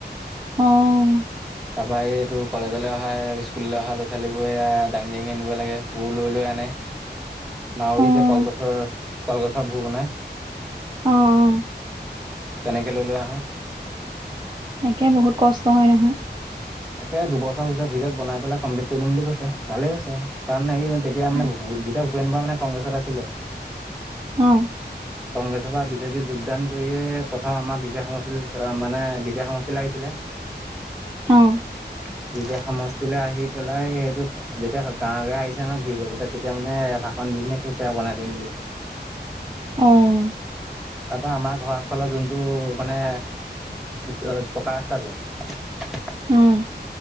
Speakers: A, on the right; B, in the centre.
A: অ'।
B: তাৰপা এই তোৰ কলেজলৈ অহা, স্কুললৈ অহা ল'ৰা ছোৱালীবোৰে এয়া দাঙি দাঙি আনিব লাগে, ভূ লৈ লৈ আনে। নাৱৰি
A: অ', অ',
B: যে কলগছৰ কলগছৰ ভোৰ বনাই।
A: অ', অ'।
B: তেনেকে লৈ লৈ আহোঁ।
A: তাকে বহুত কষ্ট হয় নহয়।
B: তাকে দুবছৰৰ ভিতৰত ভিতৰত বনাই পেলাই কমপ্লিট কৰি দিম বুলি কৈছে, ভালেই হৈছে কাৰণ হেৰি মানে তেতিয়া
A: ভাল।
B: মানে ভু-ভূপন বৰা মানে কংগ্ৰেছত আছিলে।
A: অহ
B: কংগ্ৰেছৰ পৰা বিজেপিত যোগদান কৰিয়ে প্ৰথম আমাৰ বিবে সমষ্টিত মানে বিবে সমষ্টিলে আহিছিলে।
A: অহ
B: <unintelligible> সমষ্টিলৈ আহি পেলাই সেইটো যেতিয়া গাঁও গাওঁ আহিছে ন ঘূৰিব যেতিয়া তেতিয়া মানে ভাষ পণ্ডিতনে কৈছে বাই দিম বুলি
A: অহ
B: তাৰপৰা আমাৰ ঘৰৰ ফালৰ যোনটো মানে পকা ৰাস্তাটো
A: উম।